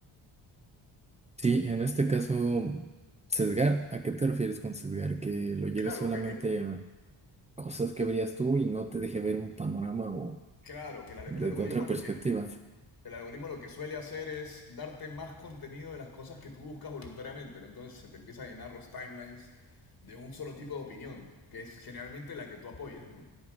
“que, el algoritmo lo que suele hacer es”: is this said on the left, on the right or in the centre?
Left